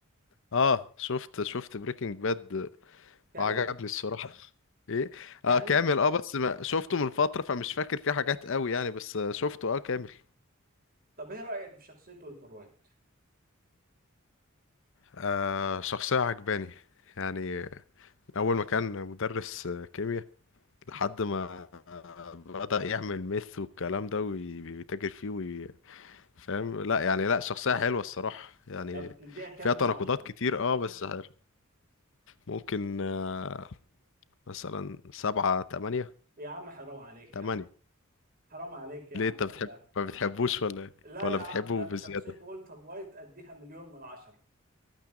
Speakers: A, on the left; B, on the right.
A: اه شفت شفت بريكنج باد
B: كامل
A: وعجبني الصراحة <laughs> ايه
B: كامل
A: اه كامل اه بس ما شفته من فترة فمش فاكر فيه حاجات قوي يعني بس شفته اه كامل
B: طب ايه رأيك في شخصية ولتر وايت
A: آه شخصية عجباني يعني أول ما كان مدرس آه، كيمياء لحد ما آه، بدأ يعمل ميث والكلام ده وي- ويتاجر فيه وي- فاهم لا يعني لا شخصية حلوة الصراحة يعني
B: طب تديها كام
A: فيها
B: من
A: تناقضات
B: عشرة
A: كتير اه بس حلو. ممكن آه مثلا سبعة تمانية
B: يا عم حرام عليك
A: تمانية
B: يا عم حرام عليك يا
A: ليه
B: عم
A: انت
B: كده
A: بتحب ما بتحبوش ولا إيه؟
B: لا
A: ولا
B: يا عم
A: بتحبه
B: ده انا
A: بزيادة
B: شخصية ولتر وايت اديها مليون من عشرة